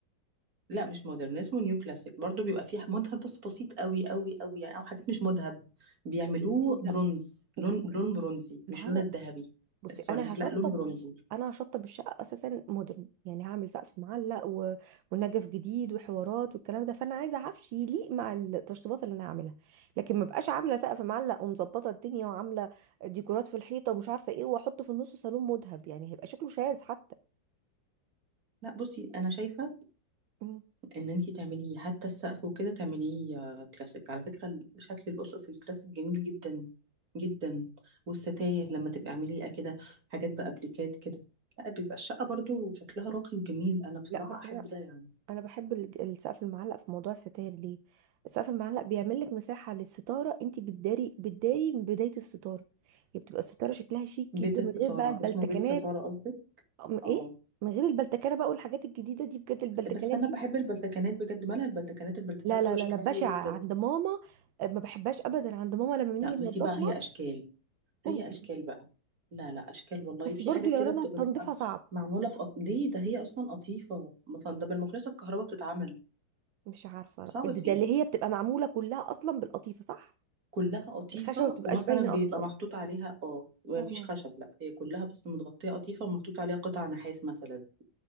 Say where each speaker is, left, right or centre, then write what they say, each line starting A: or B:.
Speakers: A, on the right; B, on the right.
A: لا مش مودرن اسمه نيو كلاسيك برضو بيبقى فيه مذهب بس بسيط قوي قوي قوي يعني او حاجات مش مذهب بيعملوه
B: مدينتي لا
A: برونز لون
B: لا لا
A: لون
B: لا
A: برونزي
B: ما
A: مش
B: هو
A: لون
B: انا
A: الذهبي
B: بصي
A: الصريح
B: انا هشطب
A: لا لون برونزي
B: انا هشطب الشقه اساسا مودرن يعني هعمل سقف معلق و... ونجف جديد وحوارات والكلام ده فانا عايزه عفش يليق مع التشطيبات اللي انا هعملها لكن ما بقاش عامله سقف معلق ومظبطه الدنيا وعامله ديكورات في الحيطه ومش عارفه ايه واحط في النص صالون مذهب يعني هيبقى شكله شاذ حتى
A: لا بصي انا شايفه
B: م-
A: ان انتي تعمليه حتى السقف وكده تعمليه آه، كلاسيك على فكره ال- شكل الاسقف الكلاسيك جميل جدا جدا والستاير لما تبقى اعمليه كده حاجات بابليكات كده لا بيبقى الشقه برضو شكلها راقي وجميل انا بصراحه
B: لا بس
A: احب
B: انا
A: ده يعني
B: انا بحب الج- السقف المعلق في موضوع الستاير ليه السقف المعلق بيعمل لك مساحه للستاره انت بتداري بتداري من بدايه الستاره هي بتبقى الستاره شكلها شيك
A: بيت
B: جدا
A: الستاره
B: من غير بقى البلتكنات
A: اسمه بيت ستاره قصدي
B: أم-
A: اه
B: ايه من غير البلتكنه بقى والحاجات الجديده دي بجد البلتكنات
A: بس انا
B: دي
A: بحب البلتكانات بجد مالها البلتكانات البلتكانات
B: لا لا
A: بيبقى
B: لا
A: شكلها
B: لا بشعه
A: حلو جدا
B: عند ماما أه، ما بحبهاش ابدا عند ماما لما بنيجي
A: لا بصي
B: ننضفها
A: بقى هي اشكال
B: ممكن
A: هي اشكال بقى لا لا اشكال والله
B: بس
A: في
B: برضو
A: حاجات
B: يا
A: كده
B: رنا
A: بت- بتبقى
B: تنظيفها صعب
A: معموله في قط... ليه ده هي اصلا قطيفه مثلا ده بالمكنسه الكهرباء بتتعمل
B: مش عارفه
A: صعب
B: ده
A: في
B: ده
A: ايه
B: اللي هي بتبقى معموله كلها اصلا بالقطيفه صح
A: كلها قطيفه
B: الخشبه ما بتبقاش
A: ومثلا
B: باينه
A: بيبقى
B: اصلا
A: محطوط عليها اه مفيش
B: اه
A: خشب لا هي كلها بس متغطيه قطيفه ومحطوط عليها قطع نحاس مثلا